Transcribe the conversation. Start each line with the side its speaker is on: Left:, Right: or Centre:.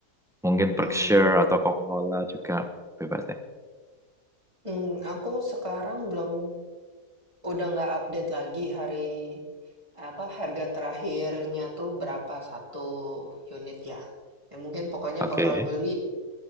Centre: Mungkin Berkshire
Right: hmm,
Centre: atau Coca-Cola juga bebas deh.
Right: Mmm, aku sekarang belum udah nggak update lagi hari apa, harga terakhirnya tuh berapa satu unit ya. Ya mungkin pokoknya
Centre: Oke,
Right: bakal beli